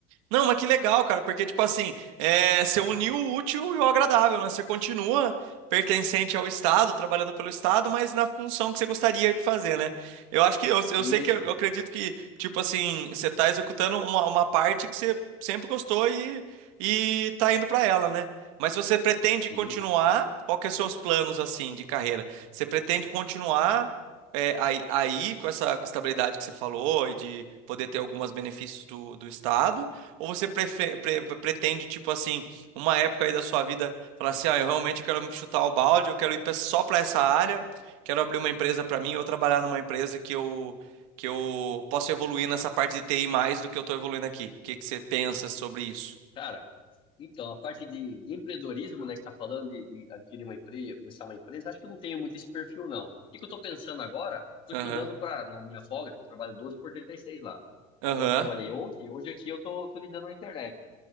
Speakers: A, on the right; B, on the left.
A: Não, mas que legal, cara, porque, tipo assim, é, você uniu o útil e o agradável, né? Você continua pertencente ao Estado, trabalhando pelo Estado, mas na função que você gostaria de fazer, né? Eu acho que, eu, eu
B: Isso,
A: sei que, eu, acredito que, tipo assim, você tá executando uma, uma parte que você sempre gostou e, e tá indo pra ela, né? Mas se você pretende
B: sim.
A: continuar, qual que é os seus planos, assim, de carreira? Você pretende continuar... é, aí, aí, com essa estabilidade que você falou e de poder ter alguns benefícios do, do Estado, ou você prefe- pre- pretende, tipo assim, uma época aí da sua vida, falar assim, ah, eu realmente quero chutar o balde, eu quero ir pra- só para essa área, quero abrir uma empresa para mim ou trabalhar numa empresa que eu que eu possa evoluir nessa parte de TI mais do que eu tô evoluindo aqui. O que que você pensa sobre isso?
B: Cara, então, a parte de, de empreendedorismo, né, que tá falando de, de adquirir uma empresa, começar uma empresa, acho que eu não tenho muito esse perfil, não. O que que eu tô pensando agora? Tô
A: Aham.
B: estudando para na minha folga, que eu trabalho 12 por 36 lá.
A: Aham.
B: Então, eu trabalhei ontem e hoje aqui eu tô, tô lidando na internet.